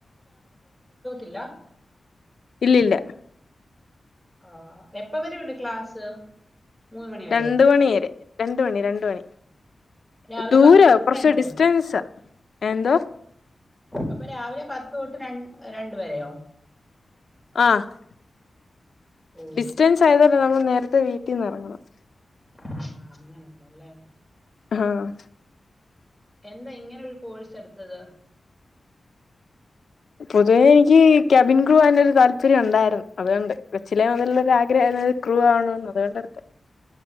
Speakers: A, in the centre; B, on the left.
A: ഇല്ലാ-
B: ഇല്ലി ല്ല-
A: ആഹ് എപ്പവരെ ഉണ്ട് ക്ലാസ്- മൂന്ന് മണി വരെയോ
B: രണ്ട് മണിരെ രണ്ട് മണി രണ്ട് മണി-
A: രാവിലെ
B: ദൂരവാ
A: പത്ത് തൊട്ട്
B: കൊറച്ച്
A: രണ്ട് വരെ
B: ഡിസ്റ്റൻസാ എന്തോ -
A: അപ്പ് രാവിലെ പത്ത് തൊട്ട് രൺ രണ്ട് വരെയോ?
B: ആഹ് -
A: ഓ
B: ഡിസ്റ്റൻസ് ആയതുകൊണ്ട് നമ്മൾ നേരത്തെ വീട്ടിന്നെറങ്ങണം-
A: ആഹ് അങ്ങനുണ്ടല്ലേ?
B: ആഹ് -
A: എന്താ ഇങ്ങനെ ഒരു കോഴ്സ് എട്ത്തത്-
B: പൊതുവെ എനിക്ക് ക്യാബിൻ ക്രൂ ആകാനൊരു താല്പര്യം ഉണ്ടായിരുന്നു അതുകൊണ്ട് കൊച്ചിലെ മുതലുള്ളൊരു ആഗ്രഹയിര് ന്ന് ക്രുൂ ആവണോന്ന് അതുകൊണ്ടാ എടുത്തേ-